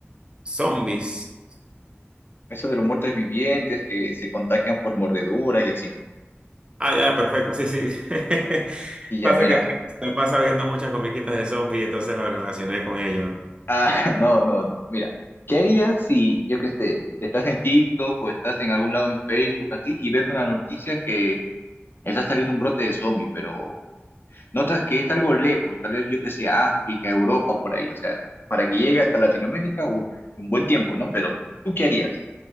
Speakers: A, on the right; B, on the left.
A: Zombies.
B: Eso de los muertos vivientes que se contagian por mordeduras y así.
A: Ah, ya, perfecto, sí, sí. <laughs>
B: Y ya,
A: Pasa
B: mira.
A: que me pasa viendo muchas comiquitas de zombies y entonces lo relacioné con ellos.
B: Ah, <laughs> no, no, no. Mira, ¿qué harías si, yo qué sé, estás en TikTok o estás en algún lado en Facebook así y ves una noticia que está saliendo un brote de zombie, pero notas que es algo lejos, tal vez yo qué sé, África, Europa, por ahí, o sea, para que llegue hasta Latinoamérica, uf, un buen tiempo, ¿no? Pero, ¿tú qué harías?